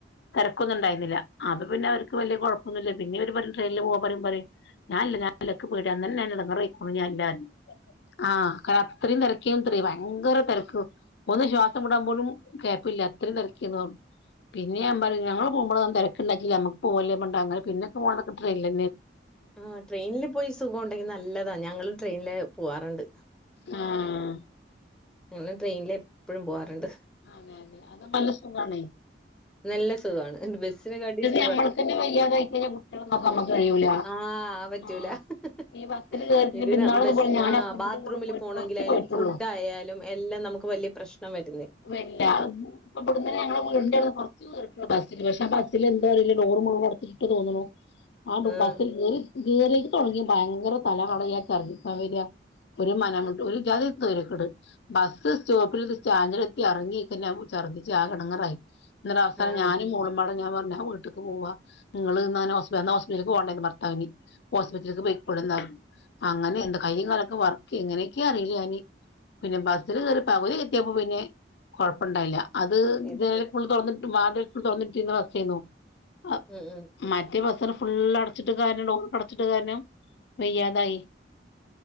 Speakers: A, on the left (about 70°); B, in the centre.
A: തെരക്കൊന്നും ഉണ്ടായിരുന്നില്ല അത് പിന്നെ അവർക്ക് വലിയ കുഴപ്പൊന്നുമില്ല പിന്നിം ഓര് പറയും ട്രെയിനിൽ പോവാ പറിമ് ഞാനില്ല ഞാനില്ല ഇക്ക് പേടിയാ ഇന്നലെന്നെ ഞാന് ഇടങ്ങറായിക്ക് കുഞ്ഞല്ല ആഹ ക അത്രയും തിരക്കേുംത്ര ഭയങ്കര തിരക്ക് ഒന്ന് ശ്വാസം വിടാൻ പോലും ഗാപ്പില്ല അത്രയും തെരകെന്നു പറഞ്ഞു പിന്നെ ഞാൻ പറയും ഞങ്ങള് പോകുമ്പോൊ ഒന്നും തിരക്കണ്ടായിട്ടില്ല നമുക്ക് പോവല്ലേ പറഞ്ഞിട്ട് അങ്ങനപിന്നെ പിന്നെ പോവാലൊക്കെ ട്രെയിൻല്ല
B: ആ ട്രെയിനിൽ പോയി സുഖം ഉണ്ടെങ്കി നല്ലതാ ഞങ്ങളും ട്രെയിനില് പോവാറുണ്ട്
A: ആ... ഹ്
B: ഞങ്ങള് ട്രെയിനില് എപ്പോഴും പോവാാറുണ്ട്
A: അതെ അതെ അതാവുമ്പോ നല്ല സുഖണേ
B: നല്ലത് ുഖ ബട്ട സ
A: ഞമ്മൾക്കന്നെ വയ്യാതായി കഴിഞ്ഞാ കുട്ടികളെ നോക്കാൻ നമ്മക്ക് കഴിയൂല
B: ആ പറ്റ
A: ആഹ്
B: <unintelligible>
A: ഈ ബസ്സില് കേറിട്ട് ഇന്നാളതുപോലെ ഞാൻ ഹസ്ബന്റിന്റെ
B: ബാത്റൂം
A: കൂടെ പോയിട്ട്
B: പോണെങ്കാലും
A: കൊറച്ച് പോയിട്ടുള്ളൂ
B: ഫുഡ് ആയാലും <unintelligible> എല്ലാം നമുക്ക് വലിയ പ്രശ്നം വരും
A: വെല്ലാ ഇപ്പം ഇബ്‌ടുന്ന ഞങ്ങടെ അവിടന്ന് കുറച്ച് ബസ്ൽ പക്ഷെ ബസ്സിൽ എന്തറില്ല്യ ഡോർ മുഴുവൻ അടച്ചിട്ടു തോന്നണു <unintelligible>
B: ഉം
A: തുടങ്ങി ഭയങ്കര തല കടയ ഛർദിക്കാൻ വരാ ഒരു മനംമുട്ട ഒരു ജാതിസോയാര്യ കേട് ബസ്സ് സ്റ്റോപ്പിൽ ഒരു സ്റ്റാന്ഡിലെത്തി ഇറങ്ങി <unintelligible> ഛർദ്ച് ആകെ എടങ്ങാറായി ഇന്നട്ട് അവസാനം
B: ആഹ്
A: ഞാനും മോളുമ്പാടെ <unintelligible> ഞാൻ വീട്ടിക്ക്‌ പോവാ നിങ്ങൾ ഹോസ്പിറ്റലേ പോണ്ടേ ഭർത്താവിന് ഹോസ്പിറ്റലക്ക് പോയിക്കൂടുന്നതാകും അങ്ങനെ എന്താ കയ്യും കാലൊക്കെ വർ എങ്ങനെയൊക്കെയാ അറിയില്ല ഞാന് പിന്നെ ബസ്സിൽ കയറി പകുതി കെത്തിയപ്പോ പിന്നെ കൊഴപ്പുണ്ടായില്ല അത്
B: അതെ
A: ജനൽ ഫുൾ തുറന്നിട്ട് വാതിൽ ഫുൾ തുറന്നിട്ടും കടകയ്നി ആ
B: ഉം ഉം
A: മറ്റെ ബസ്സൻ ഫുള്ള് അടച്ചിട്ട് കാര്യം <unintelligible> അടച്ചിട്ട് കര്യം വെയ്യാതായി